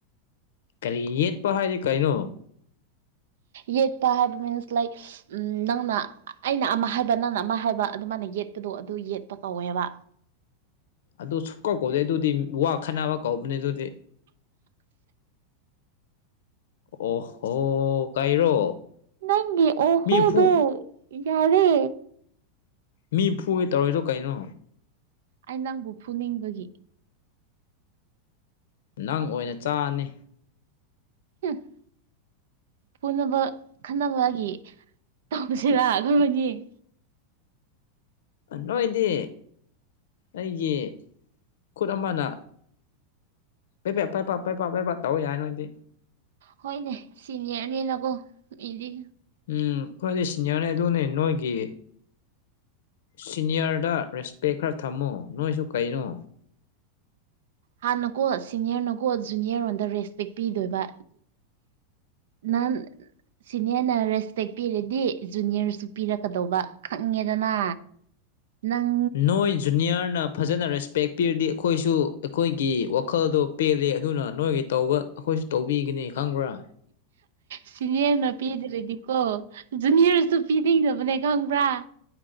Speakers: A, on the left; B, on the right.
A: ꯀꯔꯤ ꯌꯦꯠꯄ ꯍꯥꯏꯔꯤ ꯀꯩꯅꯣ
B: ꯌꯦ ꯇ ꯍꯥꯏꯕ ꯃꯤꯟꯁ ꯂꯥꯏꯛ ꯅꯪꯅ ꯑꯩꯅ ꯑꯃ ꯍꯥꯏꯕ ꯅꯪꯅ ꯑꯃ ꯍꯥꯏꯕ ꯑꯗꯨꯃꯥꯏꯅ ꯌꯦꯠꯄꯗꯣ ꯑꯗꯨ ꯌꯦꯠꯄ ꯀꯧꯋꯦꯕ
A: ꯑꯗꯨ ꯁꯨꯛ ꯀꯧ ꯀꯧꯗꯦ ꯑꯗꯨꯗꯤ ꯋꯥ ꯈꯠꯅꯕ ꯀꯧꯕꯅꯦ ꯑꯗꯨꯗꯤ ꯑꯣ ꯍꯣ ꯀꯩꯔꯣ
B: ꯅꯪꯒꯤ ꯑꯣ ꯍꯣꯗꯨ
A: ꯃꯤ ꯐꯨ
B: ꯌꯥꯔꯦ
A: ꯃꯤ ꯐꯨꯒꯤ ꯇꯧꯔꯏꯗꯣ ꯀꯩꯅꯣ
B: ꯑꯩ ꯅꯪꯕꯨ ꯐꯨꯅꯤꯡꯕꯒꯤ
A: ꯅꯪ ꯑꯣꯏꯅ ꯆꯥꯅꯤ
B: ꯎꯝ ꯄꯨꯅꯕ ꯈꯟꯅꯕꯒꯤ ꯇꯧꯕꯁꯤꯔ ꯑꯩꯈꯣꯏ ꯃ ꯌꯦꯡ
A: ꯅꯣꯏꯗꯤ ꯑꯩꯒꯤ ꯈꯨꯠ ꯑꯃꯅ ꯄ ꯄꯦꯄ ꯄꯄꯩ ꯄꯥꯄꯩ ꯄ ꯇꯧꯏ ꯌꯥꯏ ꯅꯣꯏꯗꯤ
B: ꯍꯣꯏꯅꯦ ꯁꯤꯅꯦꯔꯅꯦꯅꯀꯣ ꯏꯗꯤ
A: ꯎꯝ ꯈ꯭ꯋꯥꯏꯗꯒꯤꯩ ꯁꯤꯅꯤꯌꯥꯔꯅꯦ ꯑꯗꯨꯅꯦ ꯅꯣꯏꯒꯤ ꯁꯤꯅꯤꯌꯔꯗ ꯔꯦꯁꯄꯦꯛ ꯈꯔ ꯊꯝꯃꯨ ꯅꯣꯏꯁꯨ ꯀꯩꯅꯣ
B: ꯍꯥꯟꯅꯀꯣ ꯁꯤꯅꯤꯌꯔꯅꯀꯣ ꯖꯨꯅꯤꯌꯔ ꯂꯣꯟꯗ ꯔꯦꯁꯄꯦꯛ ꯄꯤꯗꯣꯏꯕ ꯅꯥꯟ ꯁꯤꯅꯤꯌꯔꯅ ꯔꯦꯁꯄꯦꯛ ꯄꯤꯔꯗꯤ ꯖꯨꯅꯤꯌꯔꯁꯨ ꯄꯤꯔꯛꯀꯗꯧꯕ ꯈꯪꯉꯦꯗꯅ ꯅꯪ
A: ꯅꯣꯏ ꯖꯨꯅꯤꯌꯔꯅ ꯐꯖꯅ ꯔꯦꯁꯄꯦꯛ ꯄꯤꯔꯗꯤ ꯑꯩꯈꯣꯏꯁꯨ ꯑꯩꯈꯣꯏꯒꯤ ꯋꯥꯈꯜꯗꯣ ꯄꯦꯜꯜꯂꯤ ꯑꯗꯨꯅ ꯅꯣꯏꯒꯤ ꯇꯧꯕ ꯑꯩꯈꯣꯏꯁꯨ ꯇꯧꯕꯤꯒꯅꯤ ꯈꯪꯕ꯭ꯔꯥ
B: ꯁꯤꯅꯦꯅꯄꯤꯤꯗ꯭ꯔꯗꯤ ꯀꯣ ꯖꯨꯅꯤꯌꯔꯁꯨ ꯄꯤꯅꯤꯡꯗꯕꯅꯦ ꯈꯪꯕ꯭ꯔꯥ